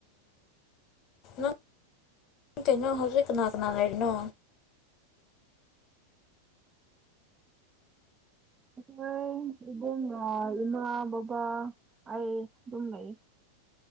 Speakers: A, on the left; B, on the right.
A: ꯑꯣ ꯇꯩꯅꯣ ꯍꯧꯖꯤꯛ ꯀꯅꯥ ꯀꯅꯥ ꯂꯩꯔꯤꯅꯣ
B: ꯎꯁꯣꯏ ꯏꯕꯝ ꯏꯃꯥ ꯕꯕꯥ ꯑꯩ ꯑꯗꯨꯝ ꯂꯩ